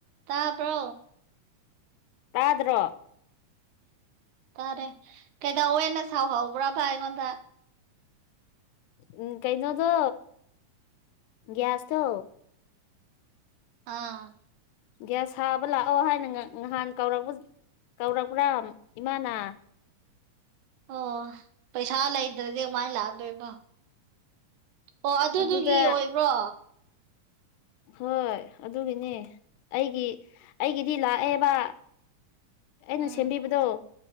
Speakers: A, on the right; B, on the left.
A: ꯇꯥꯕ꯭ꯔꯣ
B: ꯇꯥꯗ꯭ꯔꯣ
A: ꯇꯥꯔꯦ ꯀꯩꯗꯧꯋꯦꯅ ꯁꯥꯎꯍꯧꯕ꯭ꯔꯕ ꯑꯩꯉꯣꯟꯗ
B: ꯎꯝ ꯀꯩꯅꯣꯗꯣ ꯒ꯭ꯌꯥꯁꯇꯣ
A: ꯑꯥ
B: ꯒ꯭ꯌꯥꯁ ꯁꯥꯕ ꯂꯥꯛꯑꯣ ꯍꯥꯏꯅ ꯉꯥ ꯉꯥꯍꯥꯟ ꯀꯧꯔꯛ ꯀꯧꯔꯛꯄ꯭ꯔꯥ ꯏꯃꯥꯅ
A: ꯑꯣ ꯄꯩꯁꯥ ꯂꯩꯇ꯭ꯔꯗꯤ ꯀꯃꯥꯏꯅ ꯂꯥꯛꯇꯣꯏꯕ ꯑꯣ ꯑꯗꯨꯗꯨꯒꯤ
B: ꯑꯗꯨꯗ
A: ꯑꯣꯏꯕ꯭ꯔꯣ
B: ꯍꯣꯏ ꯑꯗꯨꯒꯤꯅꯦ ꯑꯩꯒꯤ ꯑꯩꯒꯤꯗꯤ ꯂꯥꯛꯑꯦꯕ ꯑꯩꯅ
A: ꯎꯝ
B: ꯁꯦꯝꯕꯤꯕꯗꯣ